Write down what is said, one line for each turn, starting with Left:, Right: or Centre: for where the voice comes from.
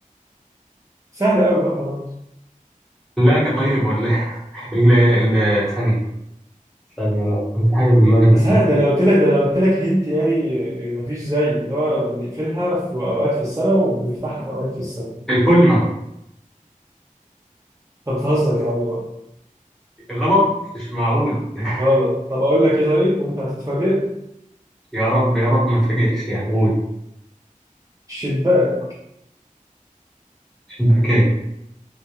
Right: سهل قوي بقى خلاص
Centre: الثلاجة طيب ولا ايه <laughs> ال- ال- ثانية ثانية لا انا في حاجة في دماغي
Right: بس
Centre: بس
Right: ها
Centre: نسيت
Right: ده انا قلت لك ده انا قلت لك هنت يعني آه، مفيش زي اللي هو بنقفلها في اوقات في السنه وبنفتحها في اوقات في السنه
Centre: الكولمة
Right: طب بتهزر يا عم بقى
Centre: غلط مش معقول <laughs>
Right: غلط طب اقول لك ايه طيب وانت هتتفاجئ
Centre: يا رب يا رب ما تفاجئش يعني قول
Right: شباك
Centre: اوكي